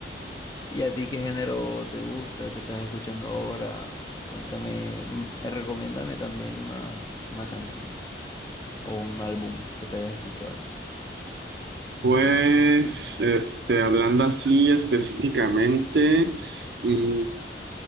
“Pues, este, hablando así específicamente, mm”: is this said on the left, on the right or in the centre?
Right